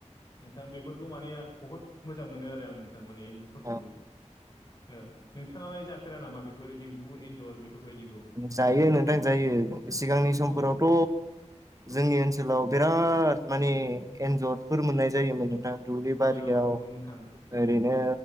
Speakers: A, on the left; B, on the right.
A: नोंथां बेफोरखौ माने बहुत मोजां मोनो आरो आं नोंथां माने एम्बु
B: औ
A: फोरखौबो औ नोंथांआलाय जाफेरा नामा बेफोरबादि एम्बु एन्जर बेफोरबायदिखौ
B: जायो नोंथां जायो सिगांनि समफोरावथ'
A: अ
B: जोंनि ओनसोलाव बिराद माने एन्जरफोर मोननाय जायोमोन नोंथां दुब्लि बारियाव
A: औ नंगौ नोंथां
B: ओरैनो